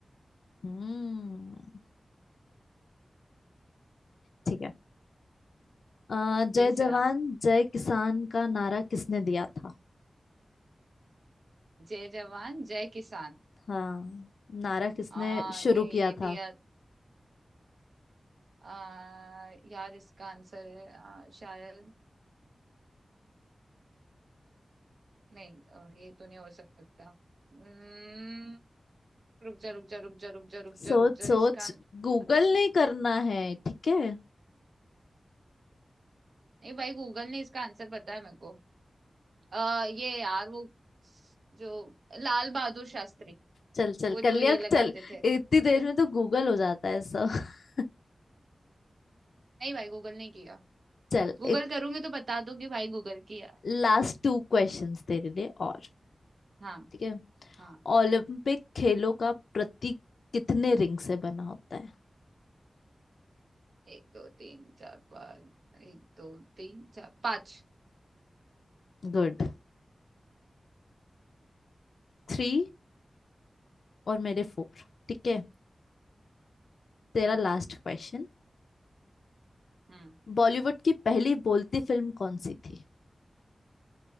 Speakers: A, on the left; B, on the right.
A: हम्म ठीक है अ,
B: तीसरा
A: जय जवान जय किसान का नारा किसने दिया था
B: जय जवान जय किसान
A: हाँ नारा किसने
B: आ
A: शुरू
B: ये,
A: किया
B: ये दिया
A: था
B: आ, यार इसका आंसर है आ, शायद नहीं आ, ये तो नहीं हो सकता उम्म, रुक जा रुक जा रुक जा रुक जा रुक जा
A: सोच
B: रुक जा
A: सोच
B: इसका
A: गूगल
B: आंसर
A: नहीं करना है ठीक है
B: नहीं भाई गूगल ने इसका आंसर बताया मेरे को आ, ये यार वो जो लाल बहादुर शास्त्री
A: चल चल
B: वो
A: कर
B: जो
A: लिया
B: ये लगाते
A: चल
B: थे
A: इतनी देर में तो गूगल हो जाता है सब <laughs>
B: नहीं भाई गूगल नहीं किया
A: चल
B: गूगल
A: एक
B: करूंगी तो बता दूंगी भाई गूगल किया
A: लास्ट टू क्वेश्चंस तेरे लिए और
B: हाँ
A: ठीक है
B: हाँ
A: ओलंपिक खेलों का प्रतीक कितने रिंग से बना होता है
B: एक दो तीन चार पाँच एक दो तीन चार पाँच
A: गुड थ्री और मेरे फोर ठीक है तेरा
B: हम्म
A: लास्ट क्वेश्चन
B: हम्म
A: बॉलीवुड की पहली बोलती फिल्म कौन सी थी